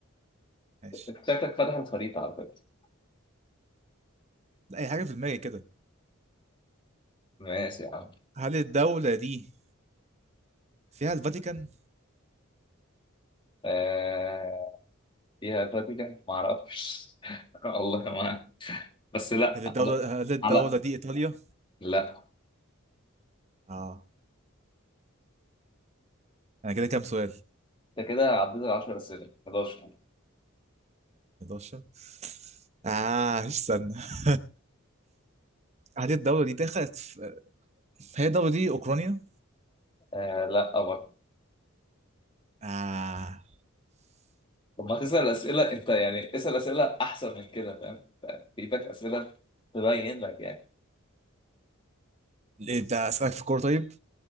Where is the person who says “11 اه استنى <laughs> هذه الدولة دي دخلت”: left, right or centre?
Right